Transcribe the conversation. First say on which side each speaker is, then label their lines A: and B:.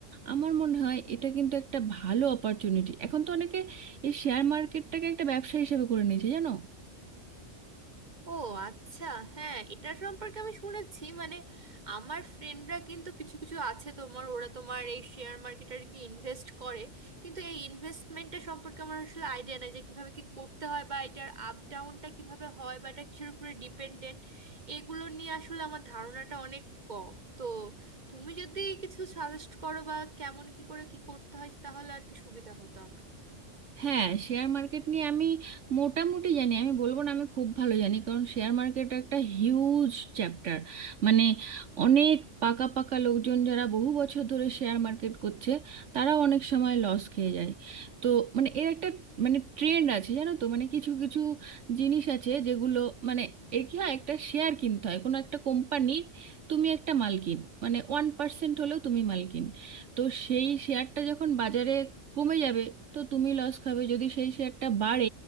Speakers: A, on the right; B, on the right.
A: আমার মনে হয় এটা কিন্তু একটা ভালো অপরচুনিটি এখন তো অনেকে এই শেয়ার মার্কেটটাকে একটা ব্যবসা হিসেবে করে নিয়েছে জানো
B: ও আচ্ছা হ্যাঁ এটা সম্পর্কে আমি শুনেছি মানে আমার ফ্রেন্ডরা কিন্তু কিছু কিছু আছে তোমার ওরা তোমার এই শেয়ার মার্কেটে আর কি ইনভেস্ট করে কিন্তু এই ইনভেস্টমেন্টটা সম্পর্কে আমার আসলে আইডিয়া নেই যে কিভাবে কি করতে হয় বা এটার আপ ডাউনটা কিভাবে হয় বা এটা কিসের উপরে ডিপেন্ডেন্ট এগুলো নিয়ে আসলে আমার ধারণাটা অনেক কম তো তুমি যদি কিছু সাজেস্ট করো বা কেমন কি করে কি করতে হয় তাহলে আর কি সুবিধা হতো আমার
A: হ্যাঁ শেয়ার মার্কেট নিয়ে আমি মোটামুটি জানি আমি বলবো না আমি খুব ভালো জানি কারণ শেয়ার মার্কেট একটা হিউজ চ্যাপ্টার মানে অনেক পাকা পাকা লোকজন যারা বহু বছর ধরে শেয়ার মার্কেট করছে তারা অনেক সময় লস খেয়ে যায় তো মানে এর একটা মানে ট্রেন্ড আছে জানো তো মানে কিছু কিছু জিনিস আছে যেগুলো মানে এর কি হয় একটা শেয়ার কিনতে হয় কোনো একটা কোম্পানির তুমি একটা মালকিন মানে ওয়ান পার্সেন্ট হলেও তুমি মালকিন তো সেই শেয়ারটা যখন বাজারে কমে যাবে তো তুমি লস খাবে যদি সেই শেয়ারটা বাড়ে